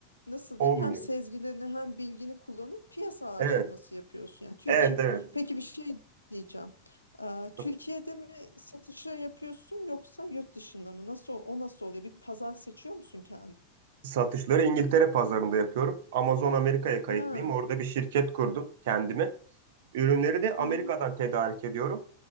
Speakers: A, on the left; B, on the right.
A: nasıl
B: olmuyor.
A: diyeyim hem sezgilerini hem bilgini kullanıp piyasa araştırması
B: Evet,
A: yapıyorsun. Yani Türkiye
B: evet, evet.
A: peki bir şey diyeceğim. Ee,
B: <laughs> Tabii.
A: Türkiye'de mi satışı yapıyorsun yoksa yurt dışında mı? Nasıl o nasıl oluyor? Bir pazar seçiyor musun kendi?
B: Satışları İngiltere pazarında yapıyorum. Amazon Amerika'ya kayıtlıyım.
A: Ha.
B: Orada bir şirket kurdum kendime. Ürünleri de Amerika'dan
A: Hı hı.
B: tedarik ediyorum.